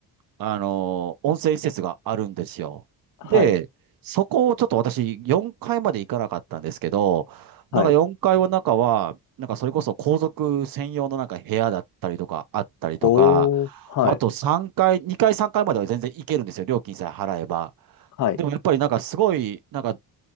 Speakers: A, on the right (about 60°); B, on the left (about 50°).
A: あの、温泉施設があるんですよ。
B: はい、
A: で、そこをちょっと私、4階まで行かなかったんですけど、
B: はい。
A: なんか4階の中は、なんかそれこそ皇族専用のなんか部屋だったりとか、あったりとか、
B: おー、はい、
A: あと3階、2階、3階までは全然行けるんですよ。料金さえ払えば。
B: はい、
A: でもやっぱりなんかすごい、なんか